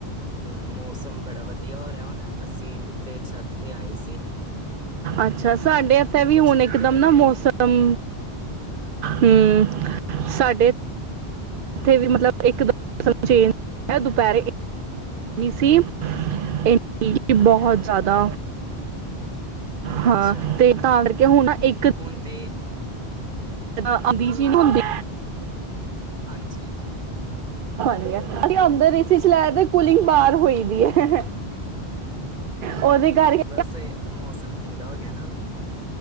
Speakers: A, on the right; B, on the right.
A: ਹਮ ਮੌਸਮ ਬੜਾ ਵਧੀਆ ਹੋ ਰਿਹਾ ਹੁਣ ਅਸੀਂ ਉੱਤੇ ਛੱਤ ਤੇ ਆਏ ਸੀ
B: ਅੱਛਾ ਸਾਡੇ ਇੱਥੇ
A: ਉਤੇ
B: ਵੀ ਹੁਣ
A: ਛੱਤ
B: ਇਕਦਮ
A: ਤੇ ਬੈਠੇ
B: ਨਾ ਮੌਸਮ
A: ਨੇ
B: ਹਮ ਸਾਡੇ ਇੱਥੇ ਵੀ ਮਤਲਬ ਇੱਕ ਦਮ ਮੌਸ ਮ ਚੇਂਜ <unintelligible> ਦੁਪੈਰੇ ਸੀ ਇ <unintelligible>
A: ਹਾਂ
B: ਬਹੁਤ
A: ਹਾਂ
B: ਜ਼ਿਆਦਾ
A: ਅੱਛਾ
B: ਹਾਂ ਤੇ ਤਾਂ ਕਰਕੇ ਹੁਣ ਇੱਕ
A: ਹੁਣ ਤੇ
B: ਅ ਜੀ ਹੁੰਦੇ
A: ਹਾਂਜੀ
B: ਹ
A: ਹੁ-
B: ਅਸੀਂ ਅੰਦਰ ਏ ਸੀ ਚਲਇਆ ਦਾ ਤੇ ਕੂਲਿੰਗ ਬਾਹਰ ਹੋਈ ਦੀ ਹੈ ਉਹਦੇ ਕਰਕੇ
A: ਬਸ ਮੌਸਮ ਠੰਡਾ ਹੋ ਗਿਆ ਨਾ ਹੁਣ